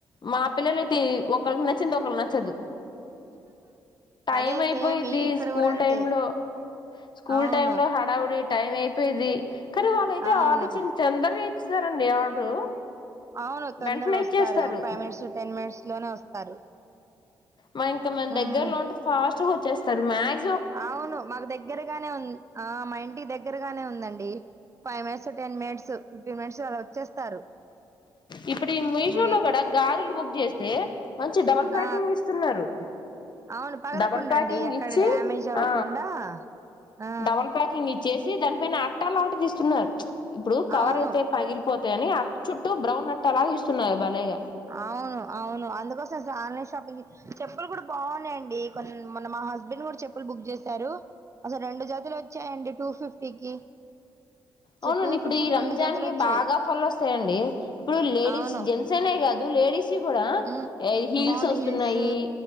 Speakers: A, on the left; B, on the right.
A: మా పిల్లలయితే ఒకరికి నచ్చింది ఒకళ్ళకి నచ్చదు టైమ్
B: అదే
A: అయిపోయిది
B: సేమ్ ఇక్కడ
A: స్కూల్
B: కూడా అంతే
A: టైమ్ లో స్కూల్
B: అవును
A: టైమ్ లో హడావుడి టైం అయిపోయిది కానీ వాళ్ళయితే
B: అవును
A: ఆడిచ్చిన తందర సారండి ఆర్డరు
B: అవును తొందరగా
A: వెంటనే
B: వస్తారు
A: ఇచ్చేస్తారు
B: ఫైవ్ మినిట్స్ టెన్ మినిట్స్ లోనే వస్తారు
A: మ ఇంకా మన
B: ఉమ్,
A: దగ్గరలో ఉంటది ఫాస్ట్ గా వచ్చేస్త స మ్యాగ
B: అవును మాకు దగ్గరగానే ఉంది ఆ మా ఇంటికి దగ్గరగానే ఉందండి five minutes ten minutes fifteen minutes అలా వచ్చేస్తారు
A: ఇప్పుడు ఈ మీషో
B: మీ-
A: లో కూడా గాజులు బుక్ చేస్తే మంచి డబల్ ప్యాకింగ్
B: ఆ
A: ఇస్తున్నారు
B: అవును పగలకుండా
A: డబల్ ప్యాకింగ్
B: అండి ఎక్కడ
A: ఇచ్చి
B: డ్యామేజ్ అవ్వకుండా
A: ఆ
B: ఆ
A: డబల్ ప్యాకింగ్ ఇచ్చేస్ దానిపైన అట్టా లాంటిదిస్తున్నారు ఇప్పుడు కవర్
B: అవును
A: అయితే పగిలిపోత ధని చుట్టూ బ్రౌన్ నట్ అలా ఇ తున్నారు బలేగా
B: అవును అవును అందుకోసం అసలు ఆన్లైన్ షాపింగ్ చెప్పులు కూడా బాగున్నాయండి కొ మొన్న మా హస్బెండ్ కూడా చెప్పులు బుక్ చేశారు అసలు రెండు జాతులు వచ్చాయండి టూ ఫిఫ్టీకి సో
A: అవునండి
B: టూ
A: ఇప్పుడు
B: ఫిఫ్టీకి
A: ఈ
B: రెండు
A: రంజాన్
B: జతలు
A: కి
B: వచ్చాయి
A: బాగా ఫలు వస్తాయండి ఇప్పుడు లేడీస్
B: అవును
A: జెంట్స్ అనే కాదు లేడీస్ ఇచ్చి కూడ
B: ఉమ్
A: హిల్స్
B: బాగుంటాయి
A: వస్తున్నాయి
B: హిల్స్